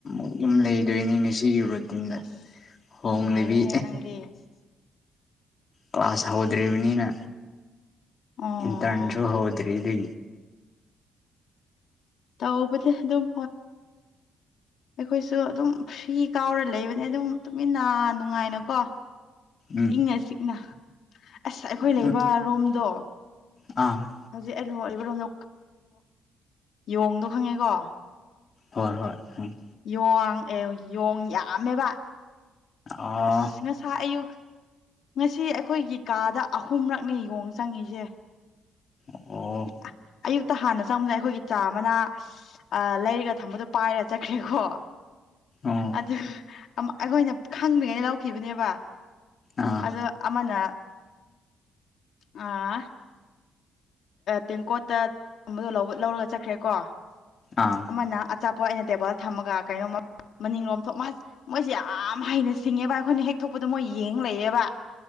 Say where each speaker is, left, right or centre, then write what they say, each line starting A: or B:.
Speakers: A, on the left; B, on the left.
A: ꯑꯗꯨꯨꯝ ꯂꯩꯗꯣꯏꯅꯤ ꯉꯁꯤꯒꯤ ꯔꯨꯇꯤꯟꯗ
B: ꯑꯁ
A: ꯍꯣꯂꯤꯕꯤ
B: ꯅꯨꯡꯉꯥꯏꯔꯦꯍꯦ ꯅꯪꯗꯤ
A: ꯀ꯭ꯂꯥꯁ ꯍꯧꯗ꯭ꯔꯤꯕꯅꯤꯅ
B: ꯑꯣ
A: ꯏ ꯇꯟꯨ ꯍꯣꯗ꯭ꯔꯔꯤ ꯑꯗꯨ
B: ꯧꯕ ꯑꯗꯨꯝ ꯑꯩꯈꯣꯏꯁꯨ ꯑꯗꯨꯝ ꯐꯤ ꯀꯥꯎꯔ ꯂꯩꯕꯅꯦ ꯑꯗꯨꯝ ꯇꯨꯃꯤꯟꯅ ꯅꯥꯟꯅꯨ ꯅꯨꯡꯉꯥꯏꯅꯀꯣ
A: ꯎꯝ
B: ꯏꯪꯉ ꯆꯤꯛꯅ ꯑꯁ ꯑꯩꯈꯣꯏ ꯂꯩꯕ
A: ꯎꯝ
B: ꯔꯣꯝꯗꯣ
A: ꯑꯥ
B: ꯍꯧꯖꯤꯛ ꯑꯩ ꯂꯨꯍꯛꯂꯤꯕꯔꯣꯝꯗ ꯌꯣꯡꯗꯣ ꯈꯪꯉꯦꯀꯣ
A: ꯍꯣꯏ ꯍꯣꯏ ꯎꯝ
B: ꯌꯦꯣꯡ ꯑꯦ ꯌꯣꯡ ꯌꯥꯝꯃꯦꯕ
A: ꯑꯥ
B: ꯑ ꯉ ꯁ ꯌꯨꯒ ꯉꯁꯤ ꯑꯩꯈꯣꯏꯒꯤ ꯀꯥꯗ ꯑꯍꯨꯝꯔꯛꯅꯦ ꯌꯦꯣꯡ ꯆꯪꯉꯁꯦ
A: ꯑꯣ
B: ꯑ ꯑꯌꯨꯛꯇ ꯍꯥꯟꯅ ꯆꯪꯕꯗ ꯑꯩꯈꯣꯏꯒꯤ ꯆꯥ ꯑꯃꯅ ꯑ ꯂꯩꯔꯒ ꯊꯝꯕꯗꯣ ꯄꯥꯏꯔ ꯆꯠꯈ꯭ꯔꯦꯀꯣ
A: ꯑꯣ
B: ꯑꯗꯨ ꯑꯩꯈꯣꯏꯅ ꯈꯪꯗ꯭ꯔꯤꯉꯩꯗ ꯂꯧꯈꯤꯕꯅꯦꯕ
A: ꯑꯥ
B: ꯑꯗꯣ ꯑꯃꯅ ꯑ ꯇꯦꯡꯀꯣꯠꯇꯝꯕꯗꯣ ꯂꯧꯔꯒ ꯆꯠꯈ꯭ꯔꯦꯀꯣ
A: ꯑꯥ
B: ꯑꯃꯅ ꯆꯠꯄꯣ ꯑꯩꯅ ꯇꯦꯕꯜ ꯊꯝꯃꯒ ꯀꯩꯅꯣꯃ ꯃꯅꯤꯡꯂꯣꯝ ꯊꯣꯛ ꯃꯥꯁ ꯃꯣꯏꯁꯦ ꯌꯥꯝ ꯍꯩꯅ ꯁꯤꯡꯉꯦꯕ ꯑꯩꯈꯣꯏꯅ ꯍꯦꯛ ꯊꯣꯛꯄꯗ ꯃꯣꯏ ꯌꯦꯡ ꯂꯩꯑꯕ